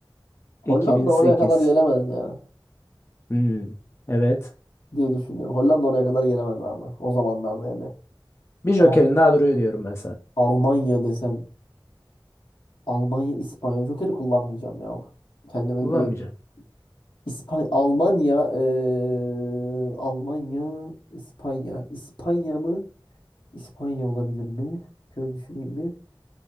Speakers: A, on the left; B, on the left.
A: Hollanda
B: 2008.
A: oraya kadar gelemez ya
B: Hmm, evet.
A: diye düşünüyorum. Hollanda oraya kadar gelemez abi. O zamanlarda hele.
B: Bir jokerin
A: Ama
B: daha duruyor diyorum ben
A: Almanya desem Almanya, İspanya. Joker'i kullanmayacağım ya. Kendime
B: Kullanmayacağım.
A: güveniyorum. İspanya, Almanya, eee, Almanya, İspanya. İspanya mı? İspanya olabilir mi? Şöyle düşüneyim bir.